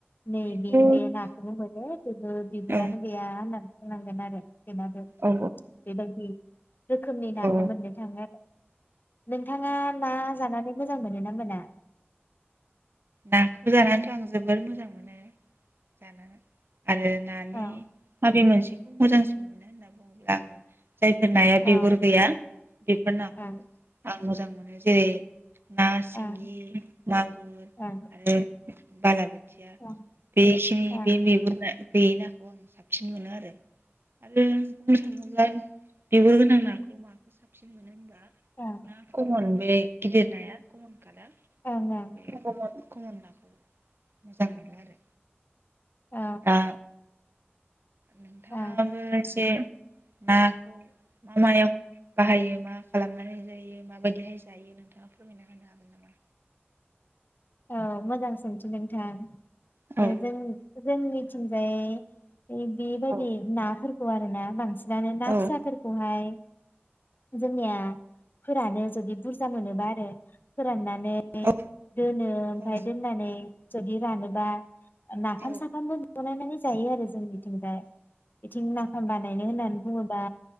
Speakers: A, on the left (about 50°); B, on the right (about 60°).
A: नैबे
B: बेखौ
A: बे नाखौबो मोनो बेबो बिबुरानो
B: औ
A: गैया होनना बुंनांगोन आर रो बेनाबो बेबायदि
B: औ
A: रोखोमनि नाखौ
B: औ
A: मोननो थाङो आरो। नोंथाङा ना जानानै मोजां मोनो ना मोना?
B: नाखौ जानानैथ' आं जोबोद मोजां मोनो, जाना। आरो नानि
A: औ
B: माबे मोनसेखौ मोजांसिन मोनो होनना <unintelligible> जायफोर नाया बिगुर
A: ओं
B: गैया बेफोर नाखौ
A: ओं
B: आं मोजां मोनो जेरै ना सिंगि,
A: ओं
B: मागुर आरो
A: ओं
B: बाला बो थिया
A: औ
B: बेखिनि
A: ओं
B: बे बिगुर ना गैयि नाखौ आं साबसिन मोनो आरो। आरो बुंनो थाङोब्ला बिगुर गोनां नाखौ माखौ साबसिन मोनो होनबा?
A: ओं
B: ना खमन बे गिदिर नाया खमन खमन
A: ओं
B: कमन नाखौ मोजां मोनो आरो।
A: औ
B: दा नोंथाङाबो
A: ओं
B: एसे नाखौ मा मायाव बाहायो मा खालामनानै जायो माबायदिहाय जायो नोंथाङा फोरमायना होनो हागोन नामा?
A: औ मोजां सोंथि नोंथां।
B: हागोन नामा? औ
A: ओ जों जोंनिथिंजाय बे बेबायदि
B: औ
A: नाफोर खौ आरो ना बांसि नानो ना
B: औ
A: फिसाफोरखौहाय जोंनिया फोरानो, जुदि बुरजा मोनोबा आरो फोरानना माने
B: औ
A: दोनो ओमफाय
B: औ
A: दोननानै जुदि रानोबा नाफाम
B: औ
A: साफामबो बानायनानै जायो आरो जोंनिथिंजाय । बेथिं नाफाम बानाय नाय होननानै बुङोबा